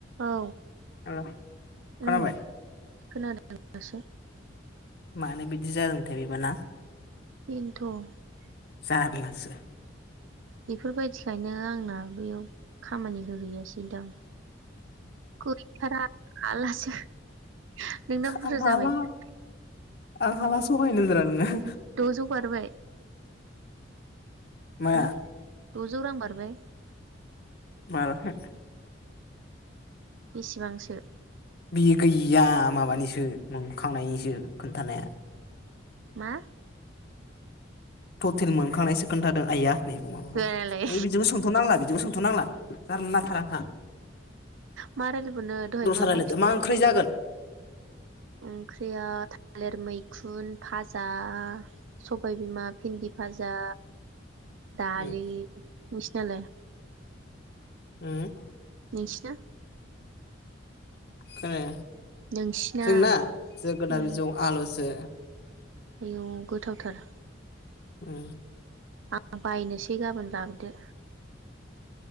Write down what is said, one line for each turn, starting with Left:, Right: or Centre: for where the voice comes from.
Right: औ औ।
Left: हेल' खोनाबाय
Right: उम खोनादों दासो।
Left: मानो बिदि जादोंथाय बेबाना?
Right: बेनोथ'।
Left: जारलासो
Right: बेफोरबायदिखायनो आंना बेयाव खामानि होहैयासैदां। गैथारा हालासो आं नोंना बुरजा
Left: आं हाला
Right: जाबाय दां
Left: आं हाला सहायनोब्रा नोङो
Right: द'जौ बारबाय
Left: माया
Right: हो? द'जौ रां बारबाय?
Left: बाराखै।
Right: बेसेबांसो
Left: बियो गैया माबानिसो मोनखांनायनिसो खोन्थानाया
Right: मा?
Left: टटेल मोनखांसो खोन्थादों। आइया। नै माबाखौ
Right: मोनबोआलाय
Left: नै बिजोंखौ सोंथ'नांला बिदिखौ सोंथ'नांला जारलाथार आंहा।
Right: मा रायलायबावनो दहाय
Left: दस्रा
Right: मा
Left: रायलायदो
Right: मा फिथ फथाय
Left: ओंख्रि जागोन
Right: ओंख्रिया थालिर मै खुन फाजा सबाय बिमा भिन्दि भाजा दालि
Left: उम
Right: नोंसिनालाय
Left: हम
Right: नोंसिना
Left: खोनाया
Right: नोंसिना
Left: जोंना जोगोनार
Right: उम
Left: बिजौ आलुसो
Right: आयौ गोथावथार
Left: औ
Right: आं बायनोसै गाबोन लाबोदो